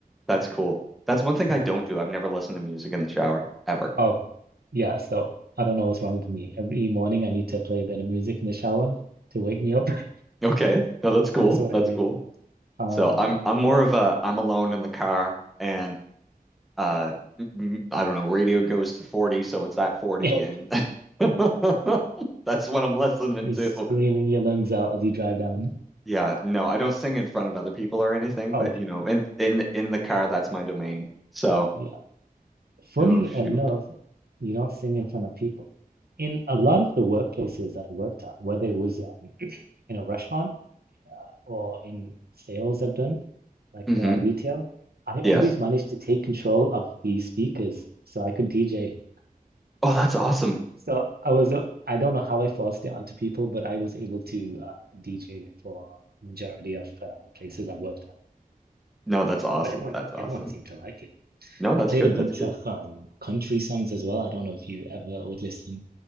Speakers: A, in the centre; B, on the right (about 90°).
A: That's cool. That's one thing
B: What
A: I don't
B: else?
A: do. I've never listened to music in the shower ever.
B: Oh, yeah. So I don't know what's wrong with me. Every morning I need to play a bit of music in the shower to wake me up. <laughs>
A: Okay. No, that's cool.
B: That's what
A: That's
B: I do.
A: cool.
B: Um,
A: So I'm I'm more
B: and
A: of a I'm alone in the car and uh I m- I don't know, radio goes to 40, so it's that 40
B: <laughs>
A: and <laughs>
B: yeah,
A: that's what I'm listening
B: just
A: to.
B: screaming your lungs out as you drive down.
A: Yeah, no, I don't sing in front of other people or anything,
B: Okay,
A: but you know, in in the- in the car, that's my domain. So,
B: yeah. Funny
A: oh shoot.
B: enough, you don't sing in front of people. In a lot of the workplaces that I worked at, whether it was um, <clears throat> in a restaurant uh, or in sales I've done, like
A: hmm
B: uh, retail, I always
A: Yes.
B: managed to take control of the speakers so I could DJ.
A: Oh, that's awesome.
B: So I was, uh, I don't know how I forced it onto people, but I was able to uh, DJ for a majority of uh, the places I worked at.
A: No, that's awesome.
B: But everyone,
A: That's awesome.
B: everyone seemed to like it.
A: No, that's
B: I played
A: good.
B: a bunch
A: That's good.
B: of um, country songs as well. I don't know if you ever would listen